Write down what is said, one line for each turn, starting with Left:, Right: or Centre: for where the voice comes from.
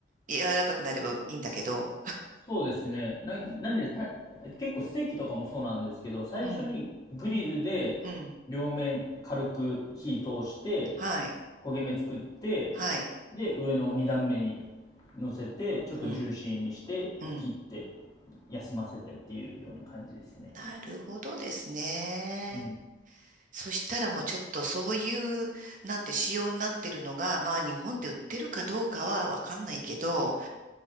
Right: 柔らかくなればいいんだけど、
Left: そうですね。なん、なんでた、結構ステーキとかもそうなんですけど、最初にグリルで両面軽く火通して、
Right: うん、うん、はい、
Left: 焦げ目作って、
Right: はい、
Left: で、上の2段目に乗せて、ちょっとジューシーにして、
Right: うん、うん。
Left: 切って、休ませてっていうような感じですね。
Right: なるほどですね。
Left: うん。
Right: そしたらもうちょっとそういう、なんて仕様になってるのが、まあ日本で売ってるかどうかはわかんないけど、